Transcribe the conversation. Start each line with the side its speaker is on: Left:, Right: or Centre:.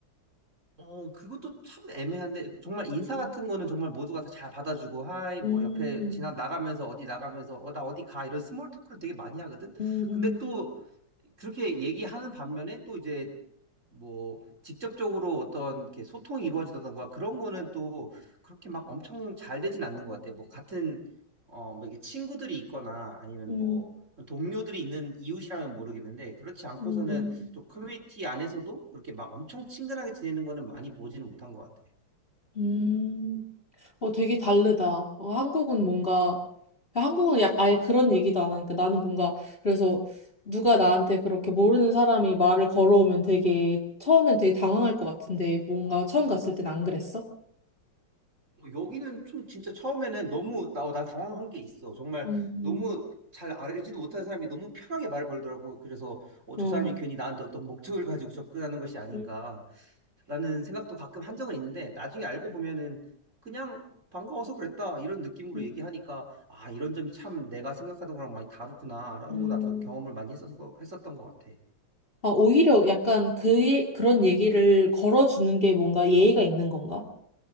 Right: 어, 그것도 참 애매한데, 정말 인사 같은
Left: 어.
Right: 거는 정말 모두가 다 잘 받아주고, 하이, 뭐,
Left: 음,
Right: 옆에 지나 나가면서, 어디 나가면서, 어, 나 어디 가, 이런 스몰 토크를 되게 많이 하거든?
Left: 음,
Right: 근데 또, 그렇게 얘기하는 반면에 또 이제 뭐 직접적으로 어떤 이렇게 소통이 이루어지던가 그런 거는 또 그렇게 막 엄청 잘 되진 않는 것 같아. 뭐 같은 어뭐 이게 친구들이 있거나 아니면
Left: 음,
Right: 뭐 동료들이 있는 이웃이라면 모르겠는데 그렇지 않고서는
Left: 음, 음, 음,
Right: 또 커뮤니티 안에서도 그렇게 막 엄청 친근하게 지내는 거는 많이 보지는 못한 것 같아.
Left: 음. 어, 되게 다르다. 어, 한국은 뭔가, 한국은 약 아예 그런 얘기도 안 하니까 나는 뭔가, 그래서 누가 나한테 그렇게 모르는 사람이 말을 걸어오면 되게, 처음엔 되게 당황할 것 같은데, 뭔가 처음 갔을 땐 안 그랬어?
Right: 여기는 좀 진짜 처음에는 너무 나, 나 당황한 게 있어. 정말
Left: 음,
Right: 너무 잘 알지도 못하는 사람이 너무 편하게 말을 걸더라고. 그래서 어, 저
Left: 음, 어.
Right: 사람이 괜히 나한테 어떤 목적을 가지고 접근하는 것이 아닌가.
Left: 음,
Right: 라는 생각도 가끔 한 적은 있는데 나중에 알고 보면은 그냥 반가워서 그랬다 이런 느낌으로
Left: 음,
Right: 얘기하니까 아 이런 점이 참 내가 생각하던 거랑 많이 다르구나 라고
Left: 음.
Right: 나도 경험을 많이 했어서 했었던 것 같아.
Left: 아, 오히려 약간 그, 예- 그런 얘기를 걸어주는 게 뭔가 예의가 있는 건가?